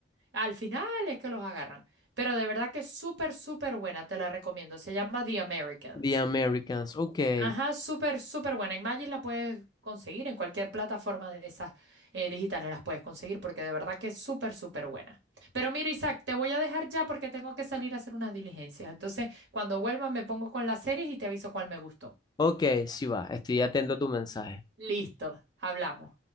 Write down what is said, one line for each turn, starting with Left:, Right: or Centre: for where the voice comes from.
Right: Al final es que los agarran. Pero de verdad que es súper, súper buena, te la recomiendo. Se llama The Americans.
Left: The Americans. Ok.
Right: Ajá, súper, súper buena. Imagine la puedes conseguir en cualquier plataforma de esas eh, digitales, las puedes conseguir porque de verdad que es súper, súper buena. Pero mira, Isaac, te voy a dejar ya porque tengo que salir a hacer unas diligencias. Entonces, cuando vuelva me pongo con las series y te aviso cuál me gustó.
Left: Ok, sí va. Estoy atento a tu mensaje.
Right: Listo, hablamos.